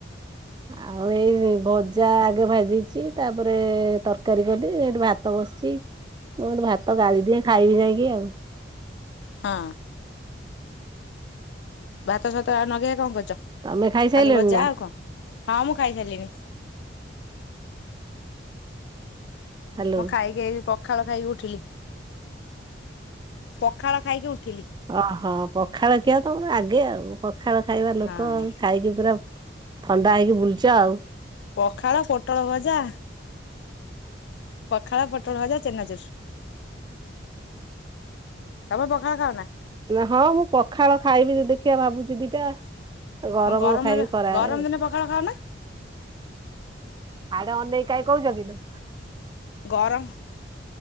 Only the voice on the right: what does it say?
ଆଉ ଏଇ ଭଜା ଆଗେ ଭାଜିଚି ତାପରେ ତରକାରୀ କଲି ସେଠି ଭାତ ବସିଚି। ମୁଁ କହିଲି ଭାତ ଗାଳିି ଦିଏ ଖାଇବି ଯାଇକି ଆଉ।
ତମେ ଖାଇସାରିଲଣି
ନା
ହ୍ୟାଲୋ।
ଓହୋ ପଖାଳଖିଆ ତମର ଆଗେ ଆଉ। ପଖାଳ ଖାଇବା
ଲୋକ ଆଉ, ଖାଇକି ପୁରା ଥଣ୍ଡା ହେଇକି ବୁଲଚ ଆଉ।
ହଁ ମୁଁ ପଖାଳ ଖାଇବି ଦେଖିବା ଭାବୁଚି ଦିଟା। ଗରମ
ଖାଇବି ଖରାବେଳେ।
ଆଡେ ଅନେଇକି କାହିଁ କହୁଚ କି ଲୋ।